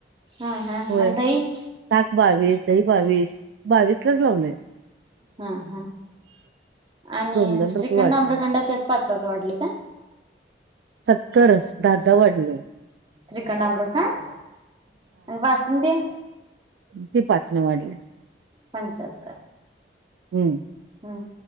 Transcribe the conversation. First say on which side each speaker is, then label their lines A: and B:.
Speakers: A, on the right (about 25°); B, on the right (about 75°).
A: हं हं.
B: होय
A: अन दही?
B: ताक बावीस, दही बावीस. बावीसलाच लावलेय.
A: हं हं. आणि
B: दोन दोन
A: श्रीखंड
B: रुपये वाढवले.
A: अम्रखंड त्यात पाच पाच वाढल का?
B: सत्तरच दहा दहा वाढले.
A: श्रीखंड आम्रखंड? आणि बास सुंदी?
B: अन ते पाचन वाढल्या.
A: पंच्याहत्तर.
B: हं.
A: हं.